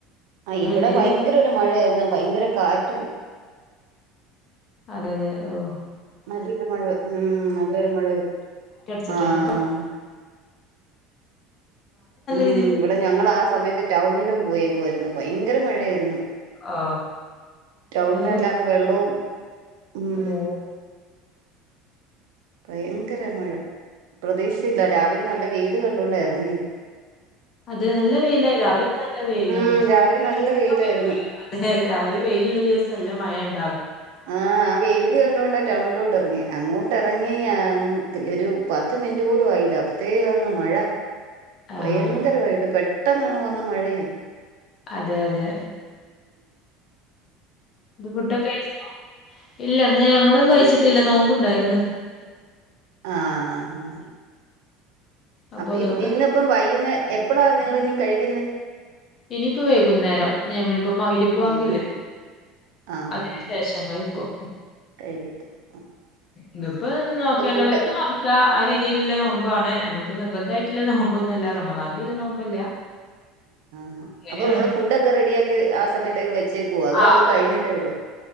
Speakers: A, on the right (about 80°); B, on the left (about 35°).
A: ആഹ് ഇവിടെ
B: വലിയ രീതിയിൽ
A: ഭയങ്കര ഒരു മഴയായിരുന്നു. ഭയങ്കര കാറ്റും.
B: അതെഅതെ. ഓഹ്
A: നല്ലൊരു മഴ ഉം നല്ലൊരു മഴ പെയ്തു.
B: റ്റ് അടിച്ചിട്ടുണ്ട്
A: ആ
B: ഇപ്പോ
A: ആ. ഉം
B: രീതിയിൽ
A: ഇവിടെ ഞങ്ങള് ആ സമയത്ത് ടൗണിലും പോയേക്കുവാരുന്നു ഭയങ്കര മഴയായിരുന്നു.
B: ഓ
A: ടൗണിലെല്ലാം
B: അയിനൊക്കെ
A: അങ്ങ് വെള്ളവും ഉം
B: അതെ
A: ഭയങ്കര മഴ പ്രതീക്ഷിച്ചില്ല രാവിലെ നല്ല വെയില് കണ്ടുകൊണ്ട് ഇറങ്ങിയതാ
B: അതേ നല്ല വെയിലാ രാവിലെയൊക്കെ നല്ല വെയിലാണ്
A: ഉം
B: വിശ്വസിക്കാൻ
A: രാവിലെ നല്ല വെയിലായിരുന്നു
B: പറ്റൂല്ല അതെ രാവിലെ വെയിലുള്ള ദിവസം എല്ലാം മഴയാണ്
A: ആഹ് ആ വെയില് കണ്ടോണ്ടാ ടൗണിലോട്ട് ഇറങ്ങിയേ അങ്ങോട്ട് ഇറങ്ങി ഒരു പത്ത് മിനിറ്റ് പോലും ആയില്ല അപ്പത്തേക്ക് അങ്ങ് മഴ
B: ആഹ്
A: ഭയങ്കരവായിട്ട് പെട്ടെന്നങ്ങ് വന്ന മഴയായിരുന്നു.
B: അതെ അതെ എന്നിട്ട് ഫുഡൊക്കെ കഴിച്ചോ ഇല്ല ഇന്ന് ഞങ്ങള് കഴിച്ചിട്ടില്ല നോമ്പുണ്ടായിരുന്ന്
A: ആഹ് ആഹ് ആഹ്
B: അപ്പൊ
A: അപ്പ
B: അതുകൊണ്ട്
A: ഇന്ന് ഇപ്പം വൈകുനേ എപ്പളാ നിങ്ങൾ ഇനിയും കഴിക്കുന്നേ
B: ഇനിയിപ്പൊ വൈകുന്നേരം. ഞമ്മളിപ്പോ മഗരിബ് ബാങ്കില്ലേ
A: വൈകുന്നേരം ആഹ്
B: അതിനു
A: ആഹ്
B: ശേഷം കഴിക്കും
A: കഴിക്കത്തുള്ളൂ
B: ഇതിപ്പോ നോക്കേണ്ടവർക്ക്
A: ആഹ് ഫുഡ്
B: നോൽക്കാം ആ രീതിയിലുള്ള നോമ്പാണ് നമ്മ ളിപ്പ നിർബന്ധായിട്ടുള്ള നോമ്പൊന്നുവല്ല റമദാനിലെ നോമ്പല്ല
A: ആ
B: അങ്ങനെയാണ്.
A: അപ്പോ നമ്മള് ഫുഡൊക്കെ റെഡിയാക്കി ആ സമയത്തേക്ക് വെച്ചേക്കുവോ അതോ
B: ആഹ്
A: അത് കഴിഞ്ഞിട്ടേ ഉള്ളോ